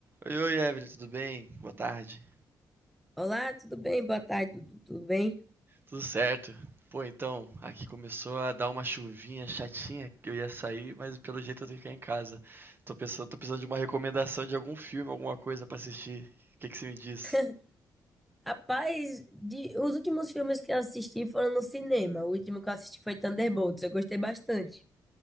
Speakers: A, on the right; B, in the centre.
A: Oi, oi, Evelyn, tudo bem? Boa tarde.
B: Olá, tudo bem? Boa tarde, Dudu. Tudo bem?
A: Tudo certo. Pô, então, aqui começou a dar uma chuvinha chatinha que eu ia sair, mas pelo jeito eu tenho que ficar em casa. Tô pensando, tô precisando de uma recomendação de algum filme, alguma coisa pra assistir. O que que você me diz?
B: <laughs> Rapaz, de- os últimos filmes que eu assisti foram no cinema. O último que eu assisti foi Thunderbolts. Eu gostei bastante.